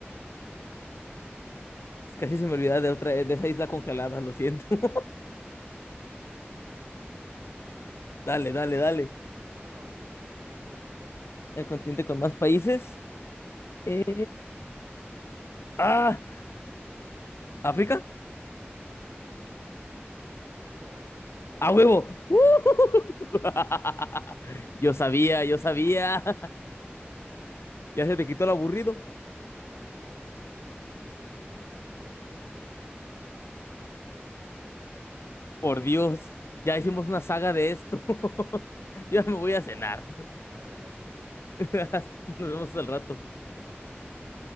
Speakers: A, on the left; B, on the right.
A: Casi se me olvidaba de otra, de esa isla congelada, lo siento. <laughs>
B: <laughs>
A: Dale, dale, dale.
B: Bueno, última, el continente con más países.
A: El continente con más países.
B: Sí
A: Eh,
B: es,
A: ¡Ah! ¿África?
B: correcto, África
A: ¡A huevo!
B: tiene un
A: ¡Uh!
B: montonal.
A: <laughs>
B: <laughs>
A: Yo sabía, yo sabía. <laughs> Ya se te quitó el aburrido.
B: Ya que eres libre de si tienes algo más que hacer, puedes hacerlo en este momento. <laughs>
A: Por Dios, ya hicimos una saga de esto. <laughs> Ya
B: Y
A: me
B: continuará.
A: voy a cenar.
B: Adelante.
A: <laughs>
B: Provecho.
A: Nos vemos al rato.
B: Nos vemos.